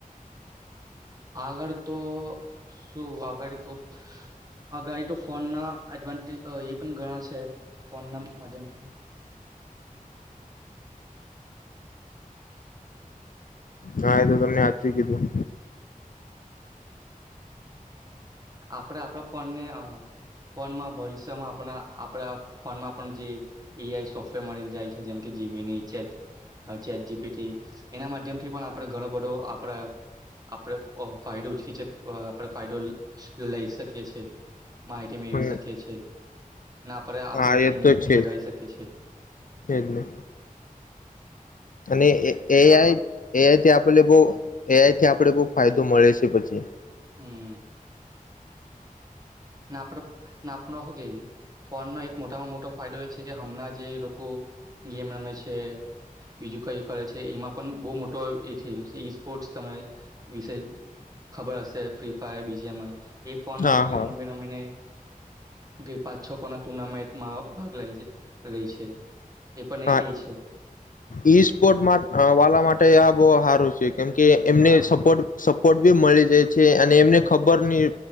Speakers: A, on the right (about 25°); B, on the left (about 65°).
A: આગળ તો શું આગળ તો આગળ તો ફોન ના એડવાન્ટેજ એ પણ ઘણા છે ફોન ના માધ્યમથી
B: હા એ તો તમને આચું કીધું
A: આપડ આપણા ફોનને ફોનમાં ભવિષ્યમાં આપણા આપડા ફોનમાં આપ જે એઆઈ સોફ્ટવેર મળી જાય છે જેમ કે જીમીની ચે ચેટ જીપી એના માધ્યમ થી પણ આપણે ઘણો બધો આપડા આપડ ફાયદો ઉચકી છે પણ ફાયડોલ લઈ શકીએ છેએ માહિતી
B: હમ
A: મેળવી શકીએ છ છેીએ ના આપે આપડી
B: હા
A: થિંકિંગ
B: એ તો છે
A: વધારી શકી છે
B: જ એજ ને અને એ એઆઈ એઆઈથી આપને બહ એઆઈથી આપે બહ ફાયદો મળે છે પછી
A: હમ પ કે ફોનનો એક મોટામાં મોટો ફાયદો એ છે કે હમણાં જે લોકો ગેમ રમે છે બીજું કઈ કરે છે એમાં પણ બહુ મોટો એ થ છે ઈ સ્પોર્ટ ત વિશે ખબર હશે ફ્રી ફાયર બીજીમાં ગમીમીને
B: હા હા
A: ગઈ પાંચ છ કોના ટુર્નામેન્ટમાં ભાગ લઈ રહી છે એ પણ
B: હા
A: એ છે
B: ઈ સ્પોર્ટ વાલા માટે
A: હા
B: બહ સારું છે કેમ કે એમને
A: હા
B: સપોર્ટ પોર્ટ બી મળી જાય છે અને એમને ખબર નહી